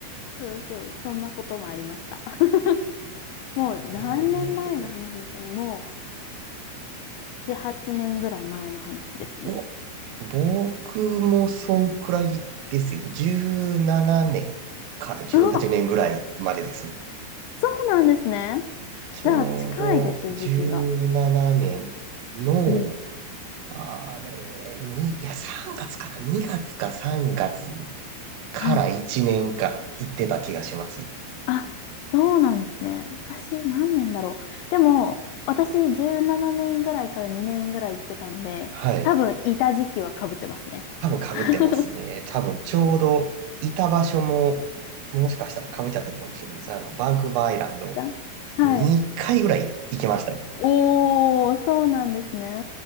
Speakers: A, on the left; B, on the right.
A: そうそう、そんなこともありました。<laughs> もう何年前の話ですかね。
B: でもね、
A: もう7、8年ぐらい前の話ですね。
B: お、僕もそんくらいですよ。17年から18年ぐらいまでです。
A: あ、そうなんですね。
B: ちょうど17年の
A: じゃあ近いです、時期が。うん。
B: あれ、に、いや、3月かな ?2 月か3月から1年間行ってた気がします。
A: はい。あ、そうなんですね。私何年だろう。でも、私17年ぐらいから2年ぐらい行ってたんで、
B: はい。
A: 多分いた時期は被ってますね。
B: 多分被ってますね。
A: <laughs>
B: 多分ちょうどいた場所も、もしかしたら被っちゃってるかもしれないです。あの、バンクーバーアイランド
A: だはい。
B: 2回ぐらい行きましたね。
A: おー、そうなんですね。